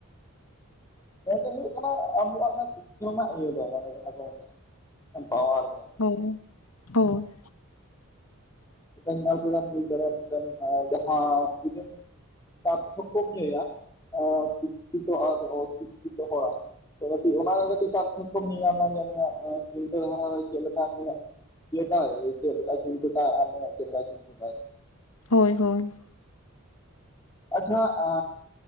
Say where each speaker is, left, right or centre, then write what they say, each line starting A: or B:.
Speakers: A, on the left (about 15°); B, on the left (about 80°).
A: ᱮᱱᱛᱮ ᱦᱩᱭᱩᱜ ᱠᱟᱱᱟ ᱟᱵᱚᱣᱟᱜ ᱥᱤᱠᱠᱷᱟᱚ ᱤᱭᱟᱹ ᱫᱚ ᱢᱟᱱᱮ ᱡᱟᱦᱟᱸ ᱠᱚ ᱢᱮᱛᱟᱜᱼᱟ ᱯᱟᱣᱟᱨ ᱫᱚ᱾
B: ᱦᱳᱭ ᱦᱳᱭ᱾
A: ᱢᱤᱫ ᱧᱮᱞᱠᱮᱫᱟᱢ ᱵᱩᱡ ᱫᱟᱲᱮᱭᱟᱜᱼᱟ ᱢᱤᱫᱴᱮᱱ ᱡᱟᱦᱟᱸ <unintelligible> ᱛᱟᱨᱛᱷᱚᱠᱚᱢ ᱞᱟᱹᱭᱟ ᱥᱤᱠᱠᱷᱤᱛᱚ ᱟᱨ ᱚᱥᱤᱠᱠᱷᱤᱛᱚ ᱦᱚᱲᱟᱜ᱾ ᱛᱚ ᱠᱟᱹᱴᱤᱡ ᱚᱱᱟᱜᱮ ᱠᱟᱹᱴᱤᱡ ᱯᱟᱨᱛᱷᱠᱚᱢ ᱧᱮᱞᱧᱟᱢᱟ ᱡᱮ <unintelligible> ᱪᱤᱱᱛᱟᱹ <unintelligible> ᱨᱮ ᱪᱮᱫ ᱞᱮᱠᱟ <unintelligible> <unintelligible> ᱪᱮᱫ ᱞᱮᱠᱟ ᱪᱤᱱᱛᱟᱭ ᱟᱨ <unintelligible> ᱪᱮᱫ ᱞᱮᱠᱟ ᱪᱤᱱᱛᱟᱹ ᱛᱟᱭ᱾
B: ᱦᱳᱭ ᱦᱳᱭ
A: ᱟᱪᱪᱷᱟ ᱟᱻ